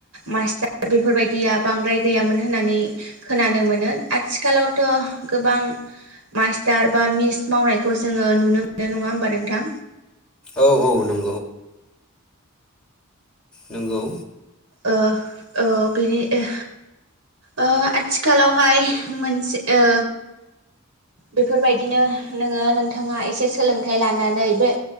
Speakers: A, on the right; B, in the centre.
A: मास्टार बेफोरबायदि दिया बांद्राय गैयामोन होननानै खोनानो मोनो आथिखालावथ' गोबां मास्टार बा मिस मावनायखौ जोङो नुनो मोनो नङा होमबा नोंथां?
B: औ औ नं नोंगौ।
A: ओ ओ बिनि ओ आथिखालावहाय मोनसे ओ बेफोरबायदिनो नोङो नोंथाङा एसे सोलोंथाइ लानानै बे